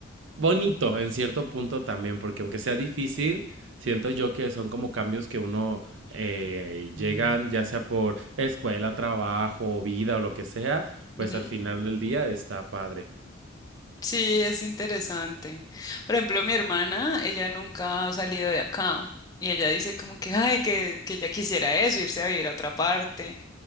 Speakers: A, on the right (about 60°); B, on the left (about 20°).
A: bonito en cierto punto también, porque aunque sea difícil, siento yo que son como cambios que uno eh, llegan ya sea por escuela, trabajo, vida o lo que sea, pues
B: Ujú.
A: al final del día está padre.
B: Sí, es interesante. Por ejemplo, mi hermana, ella nunca ha salido de acá y ella dice como que, ay, que, que ella quisiera eso, irse a vivir a otra parte.